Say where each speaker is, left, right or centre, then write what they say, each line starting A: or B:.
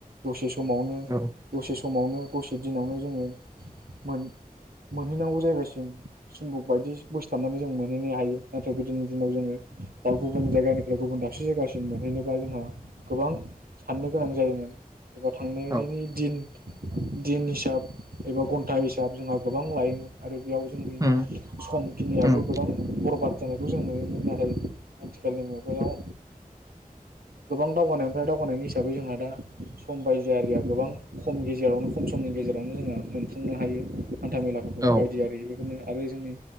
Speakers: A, on the right; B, on the right.
A: दसे समावनो
B: औ
A: दसे समावनो दसे दिनावनो जोङो मोन-मोनहैनांगौ जायगासिम सुम्बुक बायदि बोसथाबनानै जों मोनहैनो हायो। नाथाय गोदोनि दिनाव जोङो दा गुबुन जायगानिफ्राय गुबुन दाबसे जायगासिम मोनहैनोबा जोंहा गोबां साननो गोनां जायोमोन। एबा थांनायनि
B: औ
A: दिन दिन हिसाब एबा घन्टा हिसाब जोंहा गोबां लायोमोन आरो बेयाव जोंनि
B: उम
A: समखिनियाबो
B: उम
A: गोबां बरबाद जानायखौ जों नुयोमोन। नाथाय आथिखालनि मुगायाव गोबां दावगानायनिफ्राय दावगानायनि हिसाबै जोंहा दा सम बायजो आरिया गोबां खम गेजेरावनो खम समनि गेजेरावनो जोंहा मोनफुंनो हायो। हान्था मेलाफोरखौ
B: औ
A: बायदि आरि बेफोरनो आरो जोंनि